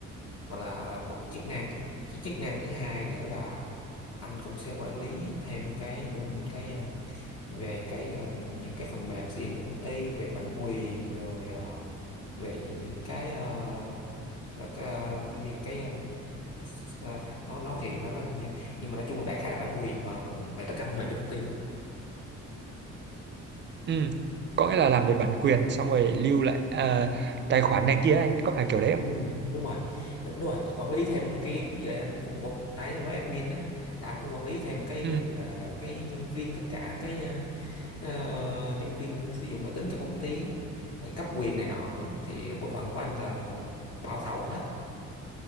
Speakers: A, on the left (about 55°); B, on the right (about 40°).
A: hoặc là, là một chức năng cái chức năng thứ hai nữa là anh cũng sẽ quản lý thêm cái bên cái em, về cái ờ, những cái phần mềm sử dụng cho công ty về bản quyền rồi ờ, về những cái ờ, và ta- Ví dụ như là cái um, cái s- s- nó nó thì nó nó hình nhé nhưng mà nói chung đại khái là bản quyền vào phần về tất cả phần mềm cho công ty luôn
B: ừ, có nghĩa là làm về bản quyền xong rồi lưu lại à, tài khoản này kia anh có phải kiểu đấy không
A: Ừ. đúng rồi đúng rồi quản lý thêm cái cái gì đấy anh cũng bộ nãy em nói admin đó là anh cũng quản lý thêm cái
B: ừ.
A: giống như là cái nhân viên tất cả cái ờ, ờ, nhân viên sử dụng máy tính cho công ty á, rồi cấp quyền này nọ á. thì bộ phận của anh là bao thầu hết